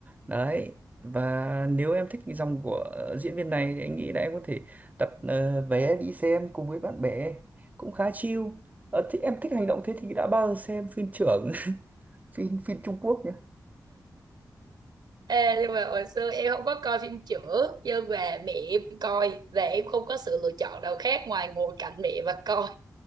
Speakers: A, on the right; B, on the right.
A: đấy và nếu em thích cái dòng của diễn viên này thì anh nghĩ là em có thể đặt ờ, vé đi xem cùng với bạn bè cũng khá chill Ờ, thì em thích hành động thế thì đã bao giờ xem phim trưởng <laughs> phim phim Trung Quốc nhỉ
B: Ê, nhưng mà hồi xưa em không có coi phim chữa nhưng mà mẹ em coi và em không có sự lựa chọn nào khác ngoài ngồi cạnh mẹ và coi